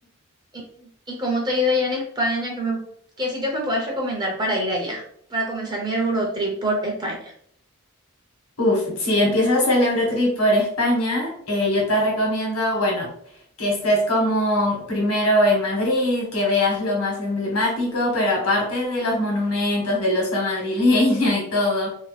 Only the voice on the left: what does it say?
Uf, si empiezas el Eurotrip por España, eh, yo te recomiendo, bueno, que estés como primero en Madrid, que veas lo más emblemático, pero aparte de los monumentos, del oso madrileño y todo,